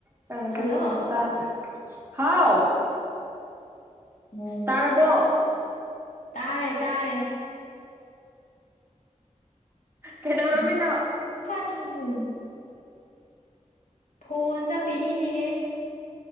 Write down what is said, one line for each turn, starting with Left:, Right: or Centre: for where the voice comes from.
Right: <unintelligible> ꯀꯩꯅꯅꯣꯗ
Left: hello
Right: ꯇꯥꯖ ꯍꯥꯎ
Left: ꯎꯝ
Right: ꯇꯥꯔꯕꯣ
Left: ꯇꯥꯔꯦ ꯇꯥꯔꯦ
Right: ꯀꯩꯗꯧꯔꯝꯃꯤꯅꯣ
Left: ꯃꯥ ꯀꯔꯤꯅꯣ ꯐꯣꯟ ꯆ ꯄꯤꯅꯤꯅꯦꯍꯦ